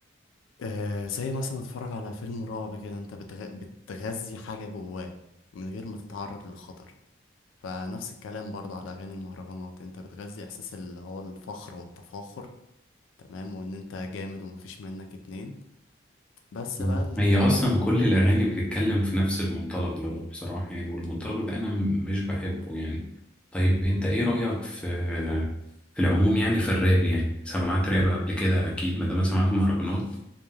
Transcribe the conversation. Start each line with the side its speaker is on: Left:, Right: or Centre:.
Left: آه زي مثلا اتفرج على فيلم رعب كده انت بتغ... بتغذي حاجة جواك من غير ما تتعرض للخطر فنفس الكلام برضه على أغاني المهرجانات انت بتغذي احساس اللي هو الفخر والتفاخر تمام وان انت جامد ومفيش منك اتنين بس
Centre: مم.
Left: بقى ال-
Centre: هي
Left: الجانب
Centre: اصلا كل الاغاني بتتكلم في نفس المنطلق دوت بصراحه يعني والمنطلق ده انا م- مش بحبه يعني طيب انت ايه رايك في في العموم يعني في الراب يعني سمعت راب قبل كده اكيد ما دام سمعت مهرجانات